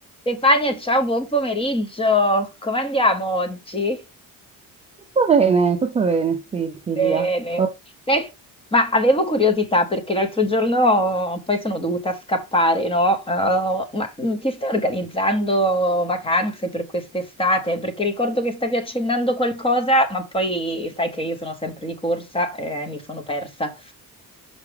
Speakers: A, on the left; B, on the right.
A: Stefania, ciao, buon pomeriggio. Come andiamo oggi?
B: Tutto bene, tutto bene, sì, Silvia.
A: Bene.
B: Oh,
A: Sai- ma avevo curiosità perché l'altro giorno poi sono dovuta scappare, no? Eh, ma mm, ti stai organizzando vacanze per quest'estate? Perché ricordo che stavi accennando qualcosa, ma poi sai che io sono sempre di corsa e mi sono persa.